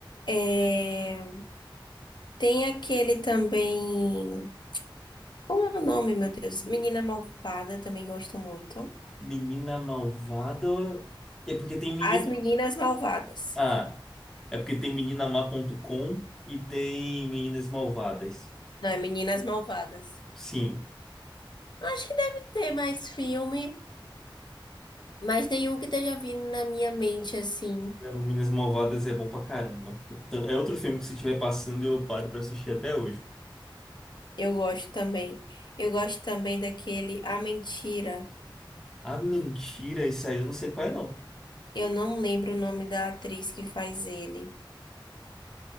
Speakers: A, on the left (about 60°); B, in the centre.
A: É... Tem aquele também. Como é o nome, meu Deus? Menina Malvada, também gosto muito.
B: Menina Malvada. É porque tem menina.
A: As Meninas Malvadas.
B: Ah, é porque tem meninamá.com e tem Meninas Malvadas.
A: Não, é Meninas Malvadas.
B: Sim.
A: Eu Acho que deve ter mais filme, mas nenhum que esteja vindo na minha mente assim.
B: Não, Meninas Malvadas é bom pra caramba. Então, É outro filme que se estiver passando eu paro pra assistir até hoje.
A: Eu gosto também. Eu gosto também daquele A Mentira.
B: Ah, mentira, isso aí eu não sei qual é, não.
A: Eu não lembro o nome da atriz que faz ele.